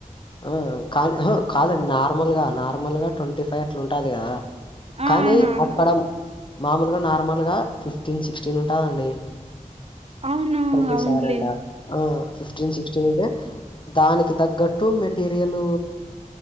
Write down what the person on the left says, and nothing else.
ఉం కాని ఉంహుం కాదండి నార్మల్గా నార్మల్గా ట్వంటీ ఫైవ్ అట్ల ఉంటాది కదా
కానీ
అక్కడ మామూలుగా నార్మల్గ ఫిఫ్టీన్ సిక్స్టీన్ ఉంటదండి
ప్రతి
సారంట ఆ ఫిఫ్టీన్ సి క్స్త్టీన్ ఉంటే దానికి తగ్గట్టు మెటీరియలు